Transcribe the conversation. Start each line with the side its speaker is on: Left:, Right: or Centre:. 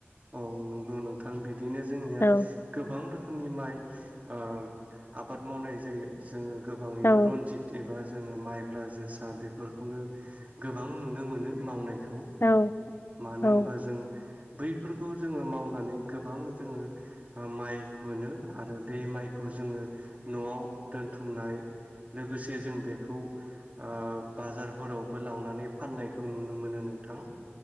Right: औ नंगौ नोंथां बिदिनो जोंनिया
Left: औ
Right: गोबां रोख खोमनि माइ ओ आबाद मावनाय जायो जोङो गोबाङैनो
Left: औ
Right: रनजित एबा जोङो माइब्रा, जोसा बेफोरखौनो गोबां नुनो मोनो मावनायख खौ
Left: औ
Right: मानो
Left: औ
Right: होनबा जों बै फोरखौ जोङो मावनानै गोबां जोङो माइ मोनो आरो बे माइखौ जोङो न'आव दोनथुमनाय लोगोसे जों बेखौ ओ बाजारफोरावबो लांनानै फाननायखौ नुनो मोनो नोंथां